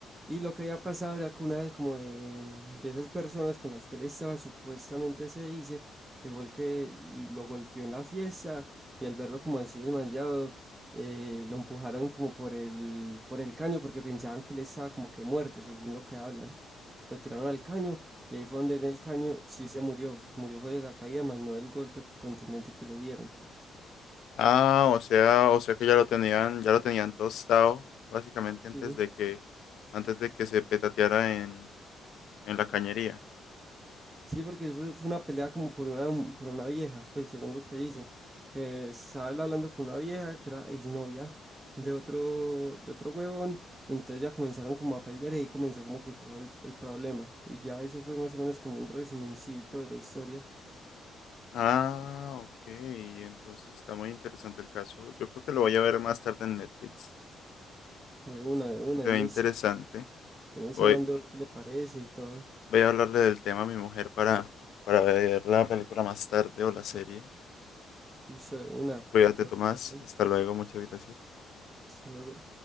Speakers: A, on the right (about 20°); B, on the left (about 70°).
A: Y lo que había pasado era que una vez como de, de esas personas con las que él estaba, supuestamente se dice que fue el que lo golpeó en la fiesta y al verlo como así desmayado, eh, lo empujaron como por el, por el caño porque pensaban que él estaba como que muerto, según lo que hablan. Lo tiraron al caño y ahí fue donde en el caño sí se murió, murió fue de la caída, más no del golpe contundente que le dieron.
B: Ah, o sea, o sea que ya lo tenían, ya lo tenían tostado, básicamente antes
A: Sí.
B: de que, antes de que se petateara en, en la cañería.
A: Sí, porque fue, fue una pelea como por una, por una vieja, pues según lo que dicen, que estaba él hablando con una vieja que era exnovia de otro, de otro huevón, y entonces ya comenzaron como a pelear y ahí comenzó como que todo el, el problema. Y ya eso fue más o menos como un resumencito de la historia,
B: Ah, ok, entonces está muy interesante el caso. Yo creo que lo voy a ver más tarde en Netflix.
A: de una, de una,
B: Se
A: y
B: ve
A: me,
B: interesante.
A: está- me está
B: Voy,
A: hablando qué le parece y todo,
B: voy a hablarle del tema a mi mujer para, para ver la película más tarde o la serie.
A: y eso de una,
B: Cuídate,
A: todo.
B: Tomás.
A: bien.
B: Hasta luego, muchas gracias.
A: Hasta luego.